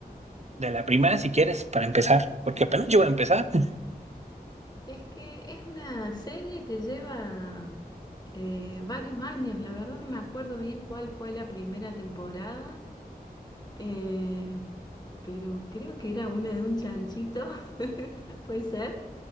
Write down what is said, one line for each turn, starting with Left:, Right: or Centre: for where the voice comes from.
Right: De la primera, si quieres, para empezar, porque apenas yo voy a empezar. <laughs>
Left: es que es una serie que lleva eh, varios años, la verdad no me acuerdo bien cuál fue la primera temporada. Eh, pero creo que era una de un chanchito, <laughs> puede ser.